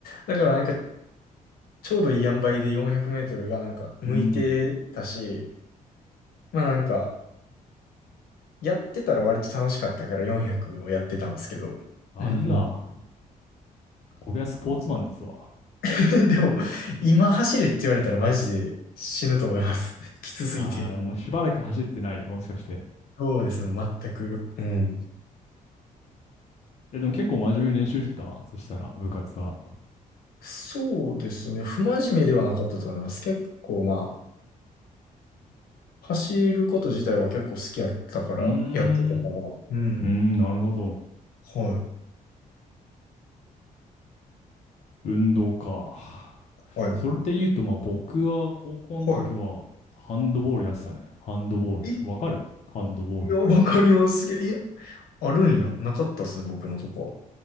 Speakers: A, on the left (about 80°); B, on the left (about 45°).
A: だからなんか、ちょうどいい塩梅で400メートルがなんか向いてたし、
B: ん。うん。
A: まあなんか、やってたら割と楽しかったから400をやってたんですけど、
B: あら、
A: うん。
B: これはスポーツマンですわ。
A: <laughs> でも、今走れって言われたらマジで死ぬと思います。<laughs> きつすぎて。
B: ああ、もうしばらく走ってない、もしかして。
A: そうですね、全く。うん。
B: え、でも結構真面目に練習してたそしたら、部活は。
A: そうですね、不真面目ではなかったと思います。結構まあ、走ること自体は結構好きやったからやってたかな。
B: うーん。うーん、
A: うん。
B: なるほど。
A: はい。
B: 運動か。
A: はい。
B: それで言うと、まあ僕は高校の時はハンドボールやってたね。
A: は
B: ハンドボール。
A: い。え、い
B: わかるハンドボールって。
A: や、わかります。すげえ。いや、あるんや。なかったっすね、僕のとこ